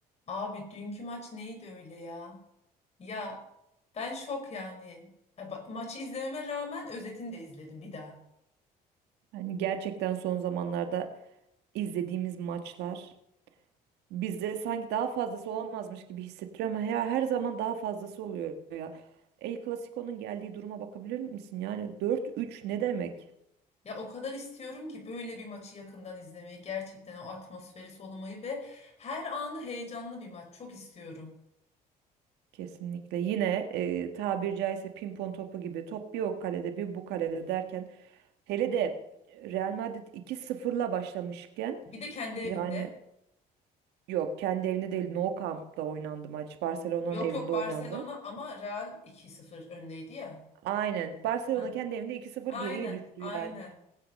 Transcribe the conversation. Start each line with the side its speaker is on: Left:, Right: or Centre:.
Left: Abi dünkü maç neydi öyle ya? Ya ben şok yani. Ya ba- Maçı izlememe rağmen özetini de izledim bir daha.
Right: Hani gerçekten son zamanlarda izlediğimiz maçlar bize sanki daha fazlası olamazmış gibi hissettiriyor ama ya her zaman daha fazlası oluyor ya. El Clasico'nun geldiği duruma bakabilir misin? Yani dört üç ne demek?
Left: Ya o kadar istiyorum ki böyle bir maçı yakından izlemeyi, gerçekten o atmosferi solumayı ve her anı heyecanlı bir maç çok istiyorum.
Right: Kesinlikle. Yine e, tabiri caizse pimpon topu gibi top bir o kalede bir bu kalede derken hele de Real Madrid iki sıfırla başlamışken
Left: Bir de kendi evinde.
Right: yani yok kendi evinde değil Nou Camp'ta oynandı maç. Barcelona'nın
Left: Yok
Right: evinde
Left: yok Barcelona
Right: oynandı.
Left: ama Real iki sıfır öndeydi ya.
Right: Aynen. Barcelona
Left: Ha,
Right: kendi evinde 2-0
Left: aynen
Right: geriye düştü
Left: aynen.
Right: yani.